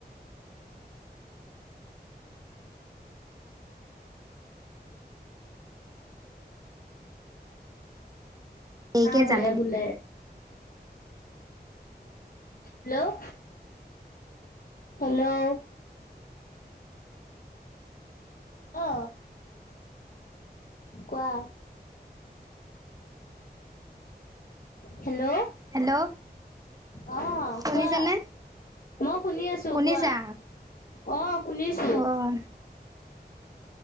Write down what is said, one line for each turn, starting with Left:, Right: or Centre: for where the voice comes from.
Right: দেৰিকে
Left: অ ভালে
Right: যাম
Left: ভুল হেল্ল' হেল্ল' অ কোৱা হেল্ল'
Right: হেল্ল'
Left: অহ
Right: শুনিছানে
Left: কোৱা মই শুনি আছো
Right: শুনিছা
Left: কোৱা অ শুনিছো
Right: অঁ